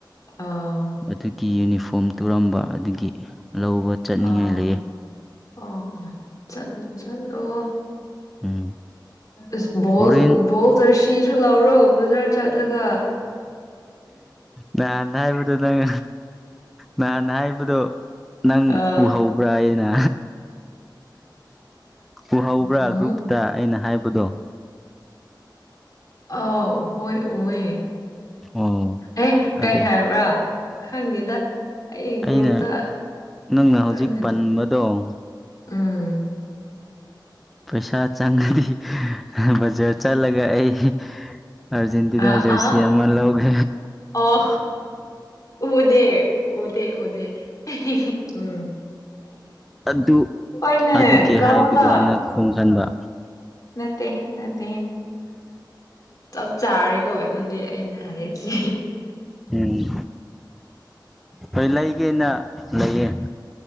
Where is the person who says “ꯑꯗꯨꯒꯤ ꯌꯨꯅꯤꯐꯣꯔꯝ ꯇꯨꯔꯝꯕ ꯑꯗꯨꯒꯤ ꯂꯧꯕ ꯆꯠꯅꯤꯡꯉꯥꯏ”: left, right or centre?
Centre